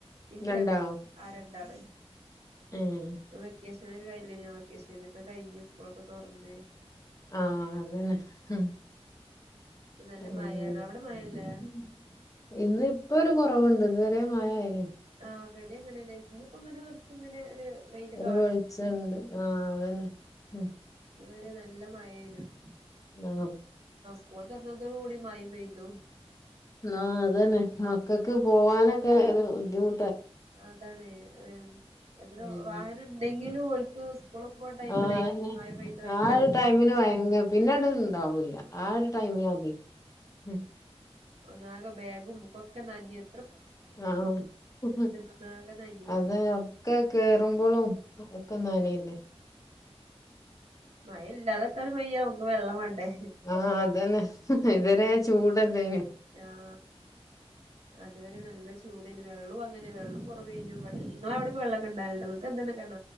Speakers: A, on the right; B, on the left.
A: എനിക്ക്
B: രണ്ടാളോ
A: രണ്ടാള് ആ രണ്ടാള്
B: ഏഹ്
A: വെക്കേഷൻ ഇപ്പോഴും കഴിഞ്ഞില്ലയോ വെക്കേഷൻ ഇപ്പൊ കഴിഞ്ഞ് സ്കൂളൊക്കെ തൊറന്ന്
B: ആ അതന്നെ ഹ് <unintelligible>
A: ഇപ്പൊ നല്ല മഴയാണ് അവിടെ മഴല്ലേ
B: ഇന്നിപ്പോ ഇപ്പ ഒരു കൊറവുണ്ട് ഇതുവരെ മയയായിന്
A: ആ ഇവിടെ അങ്ങനന്നെ ഇന്നിപ്പോ അങ്ങനാ ഇങ്ങനെ ഒരു വെയില്
B: ഒരു
A: കാണ്
B: വെളിച്ചണ്ട് ആ അത് തന്നെ ഉം
A: ഇതുവരെ നല്ല മയയായിരുന്നു
B: ങാ
A: സ്‌കൂള് തോർനോട്തോട് കൂടി മയേം പെയ്തു
B: ന്നാ അതന്നെ മക്കക്ക് പോവാനൊക്കെ ഏ ബുദ്ധിമു
A: അതാണേ വേ എത്ര
B: ഉം
A: വാഹനം ഇണ്ടെങ്കിലും ഓൽക്ക് ഇസ്കൂള് പോണ ടൈമിലായിരിക്കും
B: ആന്നെ
A: മയ പെയ്ത് ഭയങ്കര
B: ആ ഒരു
A: ബുദ്ധിമുട്ട്
B: ടൈമിന് ഭയങ്കര പിന്നട് ഇണ്ടാവൂല്ല ആ ഒരു ടൈമില്മതി മ്
A: ഒന്നാകെ ബെഗും ബുക്കൊക്കെ നനയെണ്
B: ആഹ് ഹ് ഹ്
A: ഒന്നാകെ നനയും
B: അതന്നെ ഒക്കെ കേറുമ്പളും ഒക്കെ നനയിന്നെ
A: മയില്ലാത്ക്കാനും പെയ്യാം നമ്ക്ക് വെള്ളം വേണ്ടേ
B: ആഹ് അതന്നെ ഹ് ഹ് ഇവരേജ് ചൂടല്ലേ വേ
A: ആഹ് അത് വരെ നല്ല ചൂടെനു വെള്ളോം അങ്ങനെ വെള്ളും കൊറ വേനു ഇവടെ നിങ്ങളവിടക്ക് വെള്ളൊക്കെണ്ടാകല്ണ്ട നിങ്‌ക്ക്‌ എന്താണ് കിണ